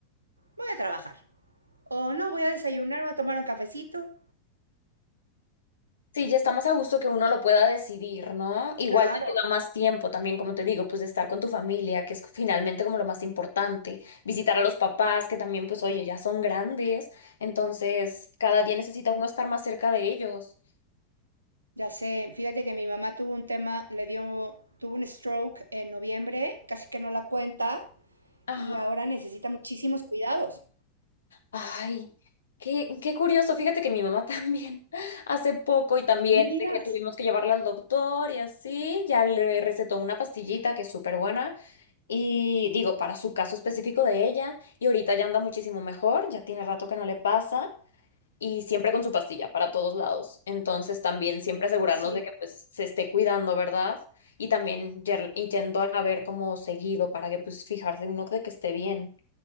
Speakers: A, on the right (about 80°); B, on the left (about 70°).
A: Voy a trabajar. O no, voy a desayunar, voy a tomar un cafecito.
B: Sí, ya está más a gusto que uno lo pueda decidir, ¿no? Igual
A: Claro,
B: ya te da más tiempo también, como te digo, pues de estar con tu familia, que es finalmente como lo más importante. Visitar a los papás, que también, pues, oye, ya son grandes. Entonces, cada día necesita uno estar más cerca de ellos.
A: ya sé. Fíjate que mi mamá tuvo un tema, le dio, tuvo un stroke en noviembre, casi que no la cuenta
B: Ajá.
A: y ahora necesita muchísimos cuidados.
B: Ay, qué, qué curioso. Fíjate que mi mamá también <laughs> hace poco y también
A: No me digas.
B: de que tuvimos que llevarla al doctor y así, ya le recetó una pastillita que es súper buena. Y digo, para su caso específico de ella, y ahorita ya anda muchísimo mejor, ya tiene rato que no le pasa, y siempre con su pastilla para todos lados. Entonces también siempre asegurarnos
A: Sí,
B: de que pues se esté cuidando, ¿verdad? Y también yer- y yendo a ver como seguido para que pues fijarse uno de que esté bien.